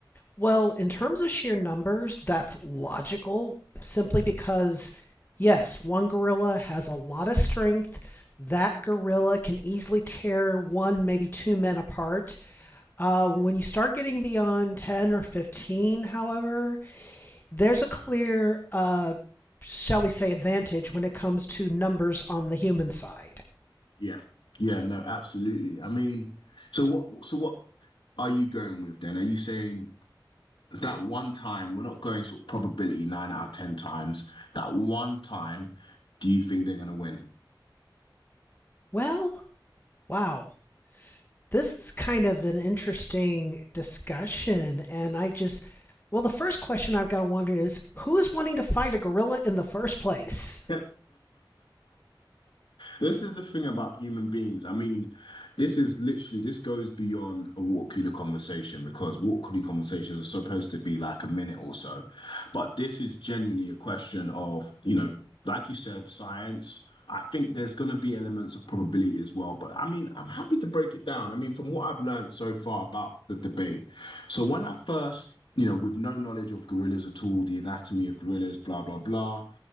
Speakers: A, on the left; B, on the left.
A: Well, in terms of sheer numbers, that's logical simply because, yes, one gorilla has a lot of strength. That gorilla can easily tear one, maybe two men apart. Uh, when you start getting beyond 10 or 15, however, there's a clear, uh, shall we say, advantage when it comes to numbers on the human side.
B: Yeah, yeah, no, absolutely. I mean, so what? So what are you going with then? Are you saying? that one time, we're not going sort of probability nine out of ten times. That one time, do you think they're gonna win?
A: Well, wow, this is kind of an interesting discussion, and I just, well, the first question I've got to wonder is who is wanting to fight a gorilla in the first place?
B: <laughs> This is the thing about human beings. I mean, this is literally, this goes beyond a water cooler conversation because water cooler conversations are supposed to be like a minute or so. But this is genuinely a question of, you know, like you said, science. I think there's going to be elements of probability as well. But I mean, I'm happy to break it down. I mean, from what I've learned so far about the debate. So when I first, you know, with no knowledge of gorillas at all, the anatomy of gorillas, blah, blah, blah.